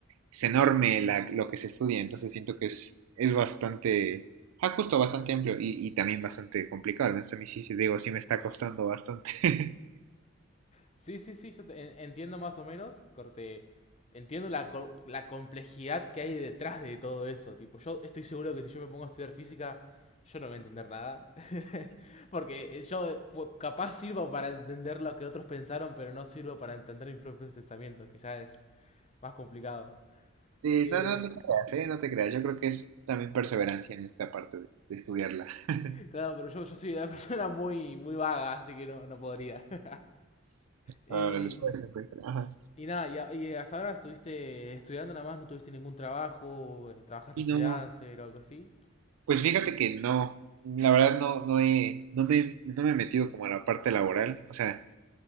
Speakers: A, on the right; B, on the left.
A: es enorme la, lo que se estudia, entonces siento que es, es bastante, ah, justo bastante amplio y, y también bastante complicado, ¿no? Entonces a mí sí, sí, digo, sí me está costando bastante. <laughs>
B: Sí, sí, sí, yo te- en- entiendo más o menos, corte, entiendo la, co- la complejidad que hay detrás de todo eso, tipo, yo estoy seguro que si yo me pongo a estudiar física, yo no voy a entender nada, <laughs> porque yo eh, pu- capaz sirvo para entender lo que otros pensaron, pero no sirvo para entender mis propios pensamientos, que ya es más complicado.
A: Sí,
B: Eh,
A: no, no, no te creas, ¿eh? No te creas, yo creo que es también perseverancia en esta parte de, de estudiarla. <laughs>
B: claro, pero yo, yo soy una <laughs> persona muy, muy vaga, así que no, no podría. <laughs> Y
A: Ahora, después, después, ajá.
B: Y nada, y, a- y hasta ahora estuviste estudiando nada más, no tuviste ningún trabajo, eh, trabajaste
A: Y
B: freelancer
A: no,
B: o algo así.
A: pues fíjate que no, la verdad no, no he, no me, no me he metido como a la parte laboral, o sea...